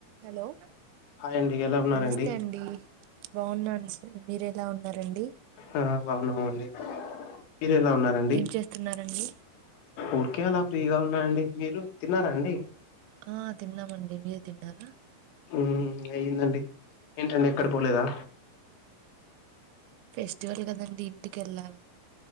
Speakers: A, on the right; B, on the left.
A: Hello
B: hi అండి ఎలా ఉన్నారండి
A: నమస్తే అండి బాగున్నా మీరు ఎలా ఉన్నారండి
B: ఆ బాగున్నామండి మీరు ఎలా ఉన్నారండి
A: ఏం చేస్తున్నారండి
B: ఊరికె అలా ఫ్రీగా ఉన్నా అండి మీరు తిన్నారా అండి
A: ఆ తిన్నామండి మీరు తిన్నారా
B: ఊ అయ్యిందండి ఏంటండి ఎక్కడ
A: ఆ
B: పోలేదా
A: ఫెస్టివల్ కదండి ఇంటికెల్లాల